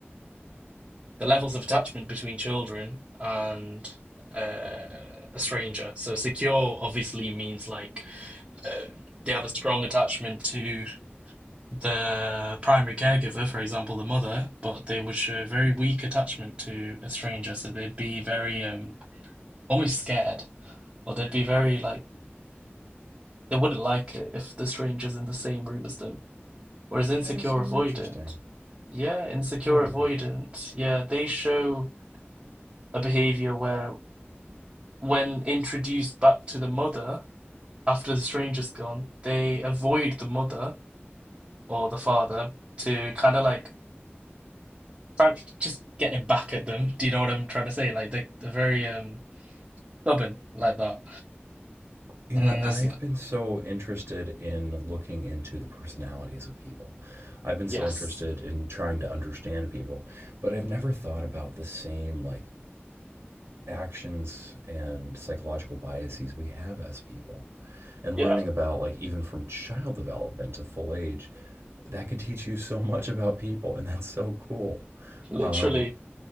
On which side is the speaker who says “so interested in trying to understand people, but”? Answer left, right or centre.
Right